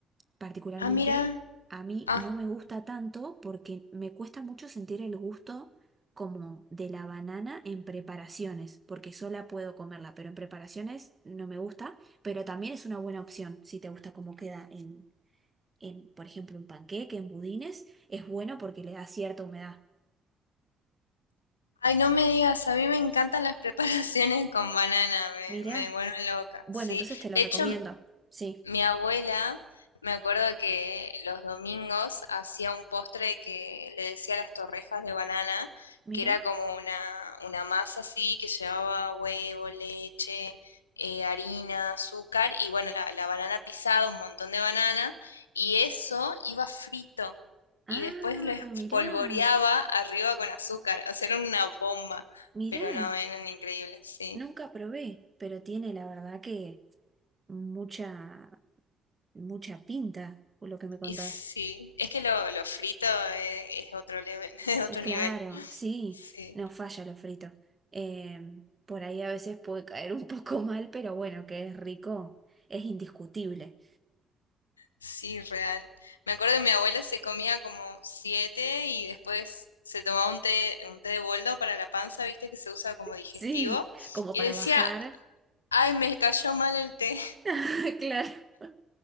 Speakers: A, on the right; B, on the left.
A: particularmente
B: Ah, mira.
A: a mí
B: Ah,
A: no me gusta tanto porque me cuesta mucho sentir el gusto como de la banana en preparaciones, porque sola puedo comerla, pero en preparaciones no me gusta pero también es una buena opción si te gusta cómo queda en, en, por ejemplo, un panqueque, en budines, es bueno porque le da cierta humedad.
B: ay, no me digas, a mí me encantan las <laughs> preparaciones con banana, me,
A: Mirá,
B: me vuelven loca.
A: bueno,
B: Sí,
A: entonces te lo
B: de
A: recomiendo,
B: hecho,
A: sí,
B: Mi abuela, me acuerdo que los domingos hacía un postre que le decía las torrejas de banana,
A: mirá,
B: que era como una, una masa así que llevaba huevo, leche, eh, harina, azúcar y bueno, la, la banana pisada, un montón de banana, y eso iba frito
A: ah,
B: y después lo espolvoreaba
A: mirá,
B: arriba con azúcar, o sea, era una bomba,
A: mirá,
B: pero no, eran increíbles, sí.
A: nunca probé, pero tiene la verdad que mucha, mucha pinta, por lo que me contás.
B: Y sí, es que lo, lo frito es, es otro level, <laughs> es otro
A: Eh, Claro,
B: nivel.
A: sí,
B: Sí,
A: no falla lo frito. Eh, por ahí a veces puede caer un <laughs> poco mal, pero bueno, que es rico, es indiscutible.
B: sí, real. Me acuerdo que mi abuela se comía como siete y después se tomaba un té, un té de boldo para la panza, viste que se usa como digestivo.
A: Sí, como
B: Y
A: para
B: decía,
A: bajar.
B: ay, me cayó mal el té.
A: <laughs> Claro, <laughs>